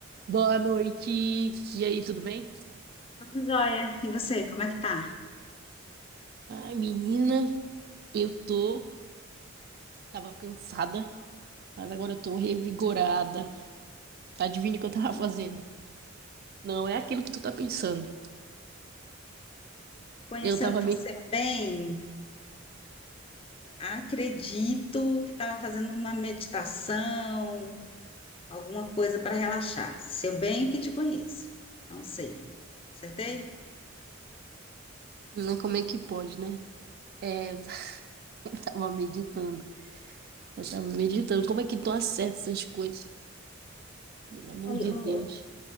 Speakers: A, on the right (about 50°); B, on the left (about 25°).
A: Boa noite. E aí, tudo bem?
B: Tudo jóia. E você, como é que tá?
A: Ai, menina, eu tô. Tava cansada, mas agora eu tô revigorada. Adivinha o que eu tava fazendo? Não é aquilo que tu tá pensando.
B: Conhecendo
A: Eu tava
B: você
A: me.
B: bem, acredito que estava fazendo uma meditação, alguma coisa para relaxar. Seu bem que te conheço. Não sei. Acertei?
A: Não, Como é que pode, né? É, eu <laughs> tava meditando. Eu tava meditando. Como é que tu acerta essas coisas? Pelo amor
B: Olha,
A: de
B: Eu,
A: Deus.
B: eu-